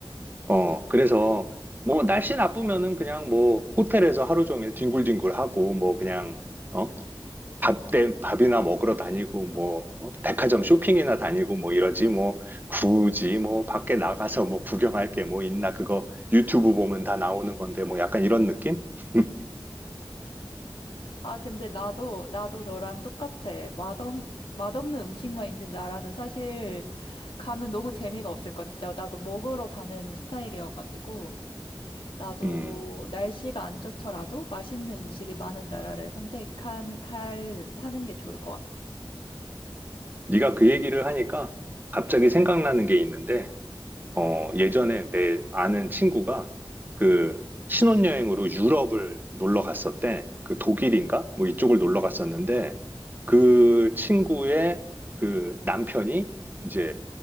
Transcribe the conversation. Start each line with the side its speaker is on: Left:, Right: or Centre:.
Right: 어, 그래서, 뭐, 날씨 나쁘면은 그냥 뭐, 호텔에서 하루 종일 뒹굴뒹굴 하고, 뭐, 그냥, 어, 밥, 때, 밥이나 먹으러 다니고, 뭐, 어, 백화점 쇼핑이나 다니고, 뭐, 이러지, 뭐, 굳이 뭐, 밖에 나가서 뭐, 구경할 게 뭐 있나, 그거 유튜브 보면 다 나오는 건데, 뭐, 약간 이런 느낌? <laughs>
Left: 아, 근데 나도, 나도 너랑 똑같아. 맛없, 맛없는 음식만 있는 나라는 사실 가면 너무 재미가 없을 것 같았어요. 나도 먹으러 가는 스타일이어가지고, 나도
Right: 음,
Left: 날씨가 안 좋더라도 맛있는 음식이 많은 나라를 선택한, 할, 하는 게 좋을 것 같아.
Right: 네가 그 얘기를 하니까 갑자기 생각나는 게 있는데, 어, 예전에 내 아는 친구가 그 신혼여행으로 유럽을 놀러 갔었대. 그 독일인가? 뭐 이쪽을 놀러 갔었는데 그 친구의 그 남편이 이제